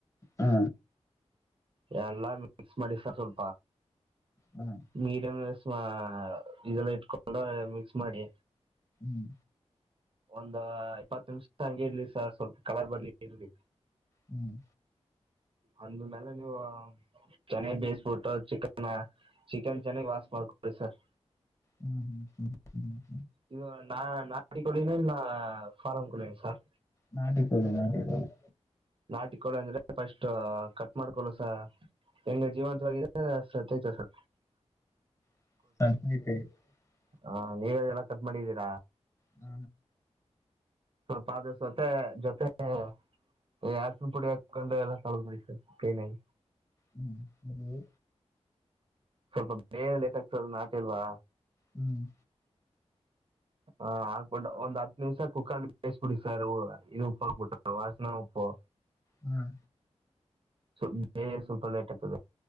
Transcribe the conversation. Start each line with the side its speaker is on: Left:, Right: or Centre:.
Left: ಹಾ
Right: ಎಲ್ಲಾ ಮಿಕ್ಸ್ ಮಾಡಿ ಸರ್ ಸ್ವಲ್ಪ.
Left: ಹ್ಮ್
Right: ಮೀಡಿಯಂ ಗೆ ರಸ್ಮ. ಹ ಇದೆಲ್ಲ ಇಟ್ಕೊಂಡು ಮಿಕ್ಸ್ ಮಾಡಿ.
Left: ಹ್ಞ.
Right: ಒಂದ ಇಪ್ಪತ್ತು ನಿಮಿಷ ತನಗೆ ಇರ್ಲಿ ಸರ್ ಸ್ವಲ್ಪ ಕಳರ್ ಬರ್ಲಿ ಇರ್ಲಿ
Left: ಹ್ಮ್.
Right: ಅಂದ್ಮೇಲೆ ನೀವು ಚನ್ನ ಬೇಯಸ್ಬಿಟ್ಟು ಚಿಕನ್. ಚಿಕನ್ ಚೆನ್ನಾಗಿ ವಸ್ ಮಾಡ್ಕೊಿ ಸರ್.
Left: ಹ್ಮ್ ಹ್ಮ್ ಹ್ಮ್ ಹ್ಮ್.
Right: ಇದು ನಾ ನಾಟ ಕೊಳ್ಳಿನಾ. Form ಕೋಳಿನ sir
Left: ನಾಟಿಕೋಳಿ ನಾಟಿಕೋಳಿ.
Right: ನಾಟಿಕಳ ಅಂದ್ರೆ ಫಸ್ಟ್ ಕಟ್ ಮಾಡಕೊಳ್ಳುಸ ಹೆಂಗ ಜೀವಂತವಿದ ಸೈತ ಅದು.
Left: <unintelligible>
Right: ಹಾ ನೀವಲ್ಲ ಕಟ್ ಮಾಡಿದ್ದೀರಾ.
Left: ಹ.
Right: ಸ್ವಲ್ಪ ಅದು ಸತೆ ಜೊತೆ ಹಾ. ಏ ಪುಡಿ ಹಾಕು. ಉ ಕೊಂಡ ಎಲ್ಲ ಸವಲುಪಡಿ ಸರ್ ಕ್ಲೀನಾಗಿ.
Left: ಹ್ಮ
Right: ಸ್ವಲ್ಪ ಬೇರೆ ಲೇಟೆಗತ್ತದೆ ಆಗ್ತದ ನಾಟಿಲ್ವಾ
Left: ಹ್ಮ್.
Right: ಹಾ ಹಾಕ್ಬಿಟ್ಟು ಒಂದ್ ಹತ್ತು ನಿಮ್ಸ ಕುಕ್ಕರ್ ಬೇಯಿಸಬಿಡಿ ಸರ್ ಇದು ಉಪ್ಪು ಹಾಕ್ಬಿಟ್ಟ ವಾಸನಾ ಉಪ್ಪು.
Left: ಹ್ಮ್.
Right: ಸ್ವಲ್ಪ ಬೇ ಸ್ವಲ್ಪ ಲೇಟ್ದೆ ಆಗ್ತದೆ.